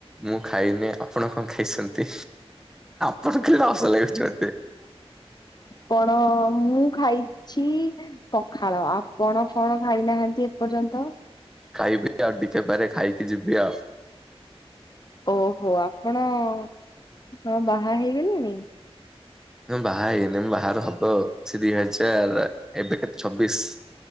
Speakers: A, in the centre; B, on the left.
A: ମୁଁ, ଖାଇନି। ଆପଣ କଣ ଖାଇଛନ୍ତି? ପଟ ଖେ <unintelligible> ହସ ଲାଗୁଛି ମୋତେ।
B: କଣ ମୁଁ ଖାଇଛି ପଖାଳ। ବଡ <unintelligible> ଖାଇନାହାନ୍ତି ଏପର୍ଯ୍ୟନ୍ତ।
A: ଖାଇବି ଆଉ ଟିକେପାରେ ଖାଇକି ଯିବି ଆଉ।
B: ଓହୋ ଆପଣ ହଁ ବାହା ହେଇଗଲେଣି?
A: ବାହା ହେଇନି। ବାହାରେ ହବ ଆଉ। ସେ ଦି <unintelligible> ହୋଇଛ ଆ ଏବେ କେତେ ଛବିଶ